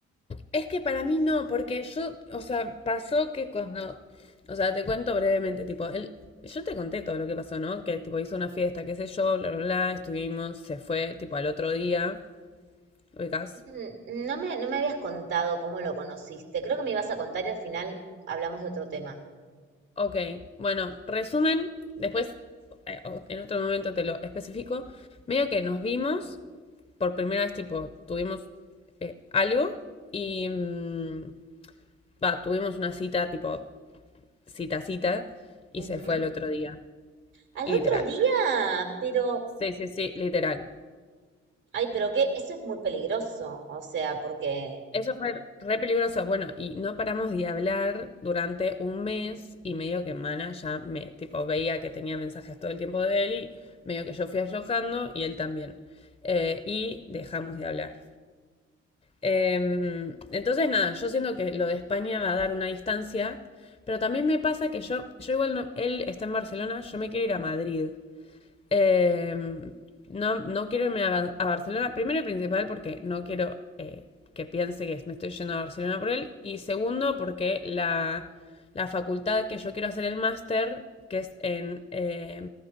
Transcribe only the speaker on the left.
Es que para mí no, porque yo, o sea, pasó que cuando, o sea, te cuento brevemente, tipo, él, yo te conté todo lo que pasó, ¿no? Que tipo hizo una fiesta, qué sé yo, bla, bla, bla, estuvimos, se fue, tipo, al otro día, ubicás.
Ok, bueno, resumen, después, eh, o- en otro momento te lo especifico, medio que nos vimos, por primera vez, tipo, tuvimos eh, algo y, mm, va, tuvimos una cita, tipo, cita, cita, y
se fue al otro día,
literal.
Sí, sí, sí, literal.
Eso fue re peligroso. Bueno, y no paramos de hablar durante un mes y medio que Mana ya me, tipo, veía que tenía mensajes todo el tiempo de él y medio que yo fui aflojando y él también. Eh, y dejamos de hablar. Em, entonces, nada, yo siento que lo de España va a dar una distancia, pero también me pasa que yo, yo igual no, él está en Barcelona, yo me quiero ir a Madrid. Eh, no, no quiero irme a, a, Barcelona, primero y principal porque no quiero eh, que piense que me estoy yendo a Barcelona por él, y segundo porque la, la facultad que yo quiero hacer el máster, que es en, eh,